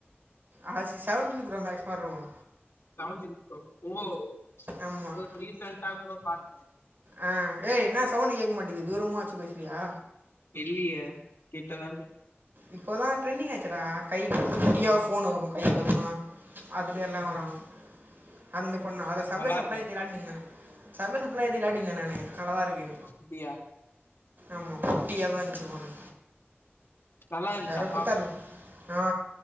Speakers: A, on the right; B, on the left.
A: ஆ சி செவன்டீன் ப்ரோ மேக்ஸ் மாரி இருக்கு
B: செண்டின் ஓ
A: ஆமாம்
B: இப்ப ரீசன்ட்டா கூட பாக்குறெ
A: ஆ ஏய் என்ன சவுண்ட் கேட்க மாட்டேது தூரமா வச்சு பேசுறியா
B: இல்லயே கிட்டதா
A: இப்போதா ட்ரெண்டிங் ஆச்சுடா கைக்கு குட்டியா
B: ஆமா
A: ஒரு ஃபோன் இருக்கு கை அளவு தா அதுலய எல்லா
B: ம்
A: வரும் அந்த ஃபோன் தா அதுல சவ்வே
B: நல்லா
A: சப்ளேத்தை
B: இருக்கு
A: விளாடினுந்தே சர்வ சப்ள விளையாடிந்தே நானு நல்லாதா இருக்கு
B: அப்டியா
A: ஆமா குட்டியாதா இன்ச்சு ஃபோனு
B: நல்லா இருந்துச்சா
A: யாரோ கொடுத்தாங்கோ ஆ